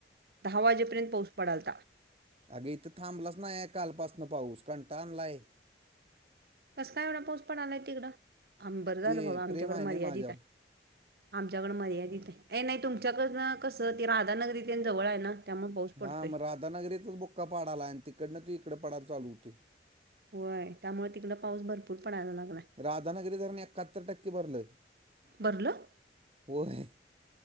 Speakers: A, on the right (about 55°); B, on the right (about 35°).
A: दहा वाजेपर्यंत पाऊस पडलता.
B: अगे इथं थांबलंच नाहीय कालपासन पाऊस कंटा आणलाय.
A: कसं काय एवढं पाऊस पणा आलाय तिकडं आम बरं झालं
B: ते
A: बाबा आमच्याकड
B: प्रेम आहे
A: मर्यादित
B: नाही माझ्यावर
A: आहे. आमच्याकडं मर्यादित आहे ए नाही तुमच्याकडनं कसं ते राधानगरीथे जवळ आहे ना. त्यामुळे पाऊस पडतोय
B: हा मग राधानगरीतच बुक्का पाडायला आहे आणि तिकडन त इकडे पडायला चालू होते.
A: होय त्यामुळे तिकड पाऊस भरपूर पडायला लागलाय.
B: राधानगरी धरण एकाहत्तर टक्के भरलं
A: भरलं
B: होय.